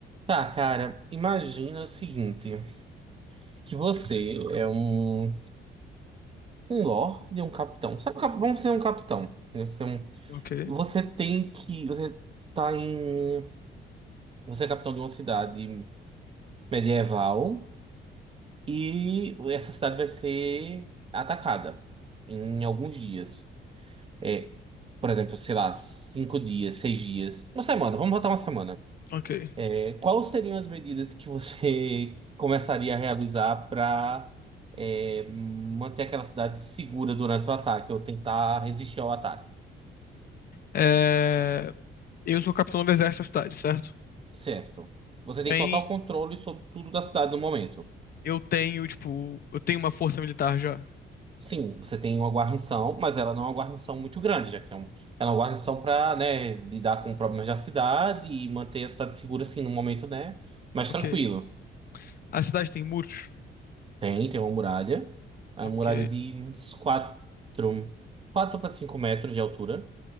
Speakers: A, on the right; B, on the left.
A: Tá, cara, imagina o seguinte, que você é um, um lorde, um capitão. Sabe, o cap- vamos ser um capitão. né? Você, é um-
B: Ok,
A: você tem que, você tá em, você é capitão de uma cidade medieval e essa cidade vai ser atacada em alguns dias. É, por exemplo, sei lá, cinco dias, seis dias, uma semana, vamos botar uma semana.
B: ok.
A: É, quais seriam as medidas que você <laughs> começaria a realizar para manter aquela cidade segura durante o ataque ou tentar resistir ao ataque?
B: É, Eu sou capitão do exército da cidade, certo?
A: Certo. Você tem
B: Tem...
A: total controle sobre tudo da cidade no momento.
B: Eu tenho, tipo, eu tenho uma força militar já.
A: Sim, você tem uma guarnição, mas ela não é uma guarnição muito grande, já que é um, ela é uma guarnição para, lidar com problemas da cidade e manter a cidade segura, assim, no momento, né, mais
B: Ok.
A: tranquilo.
B: A cidade tem muros?
A: Tem, tem uma muralha. A
B: Ok,
A: muralha de uns 4, quatro para 5 metros de altura.